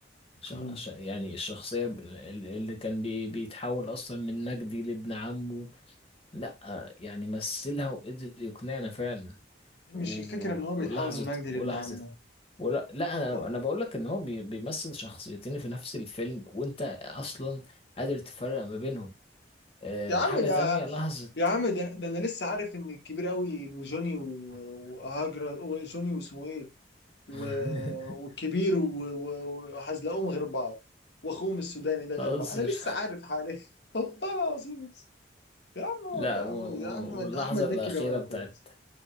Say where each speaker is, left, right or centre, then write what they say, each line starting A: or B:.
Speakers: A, on the left; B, on the left.
A: شخ...
B: مم.
A: ش- يعني الشخصية ب- ال- اللي كان بي... بيتحول أصلا من مجدي لابن عمه لأ آه، يعني مثلها وقدر يقنعنا فعلا
B: مش
A: و...
B: الفكره ان هو بيتحول
A: ولحظة
B: من مجدي
A: ولحظة
B: لابن عمه
A: ولا لا انا
B: أه.
A: انا بقول لك ان هو بي... بيمثل شخصيتين في نفس الفيلم وانت اصلا قادر تفرق ما بينهم أه
B: يا عم
A: حاجة
B: ده
A: تانية لحظة
B: يا عم ده, ده انا لسه عارف ان الكبير قوي إن جوني و- وهاجر وجوني واسمه ايه و-
A: <laughs>
B: والكبير و- و- وحزلقوم غير بعض واخوهم السوداني ده
A: بهزر
B: غير بعض انا لسه عارف حاليا <laughs> والله العظيم يا عم
A: لا
B: هو ده يا
A: و...
B: عم
A: و...
B: يا احمد
A: واللحظة
B: احمد
A: الأخيرة
B: مكي بيعملها
A: بتاعت
B: كويس